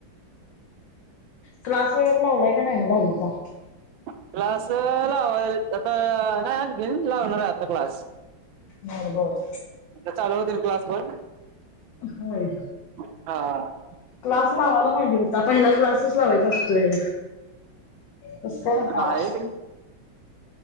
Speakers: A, on the left; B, on the right.
A: क्लास वगैरे लावलाय काय नाही मग दहावीचा?
B: क्लास लावायल आता नाही आणखीन लावणार ये आता क्लास
A: बर बर
B: चालू होतीन क्लास पण
A: होय.
B: हा
A: क्लास लावायला पाहिजे होता पहिला क्लासच लावायचा असतोय. कसकाय लावला.
B: नाही